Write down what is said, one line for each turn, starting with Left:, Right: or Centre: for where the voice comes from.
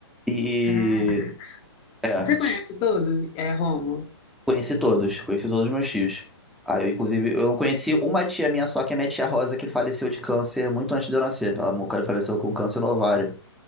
Centre: E
Left: Cara.
Centre: é,
Left: Você conhece todos? É, Rômulo?
Centre: Conheci todos, conheci todos os meus tios. Ah, eu, inclusive, eu não conheci uma tia minha só, que é minha tia Rosa, que faleceu de câncer muito antes de eu nascer. Ela mo- faleceu com câncer no ovário.